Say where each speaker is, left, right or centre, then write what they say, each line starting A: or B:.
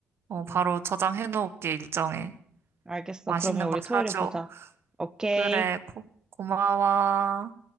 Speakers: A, on the right (about 60°); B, on the right (about 15°).
A: 어, 바로
B: 응.
A: 저장해 놓을게, 일정에.
B: 알겠어.
A: 맛있는
B: 그러면 우리
A: 거 사줘.
B: 토요일에 보자. 오케이.
A: 그래, 고, 고마워.